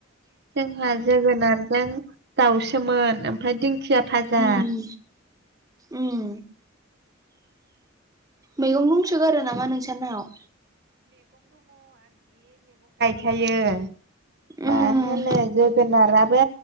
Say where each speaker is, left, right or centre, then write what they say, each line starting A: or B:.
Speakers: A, on the right; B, on the right.
A: जोंहा जोगोनार जों दाउसोमोन ओमफ्राय दिंखिया भाजा
B: उम उम मैगं दंसोगारो नामा नोंसानाव
A: हायो मा
B: उम
A: होनो जोगोनाराबो